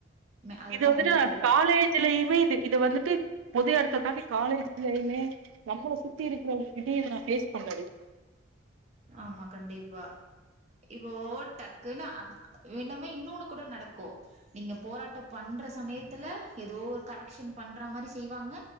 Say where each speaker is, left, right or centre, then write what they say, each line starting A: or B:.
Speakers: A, on the right; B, on the right.
A: அதுதா
B: இது வந்துட்டு
A: மென்டாலிட்டி
B: காலேஜ் இதுலயுமே இது இது வந்துட்டு பொது எடத்த தாண்டி காலேஜ்லயுமே நம்மள சுத்தி இருக்குறவங்ககிட்டயே இத நா பேஸ் பண்ணது
A: ஆமா கண்டிப்பா இபோ டக்குன்னு அப் என்னமே இன்னொன்னு கூட நடக்கு நீங்க போராட்ட பண்ற சமயத்துல எதோ கரெக்க்ஷன் பண்ற மாரி செய்வாங்க